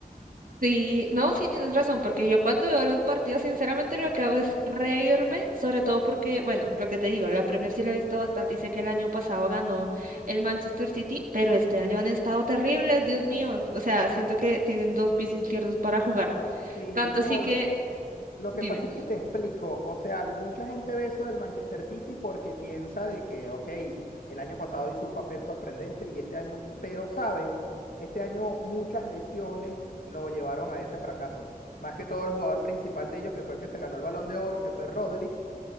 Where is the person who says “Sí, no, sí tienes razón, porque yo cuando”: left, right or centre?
Right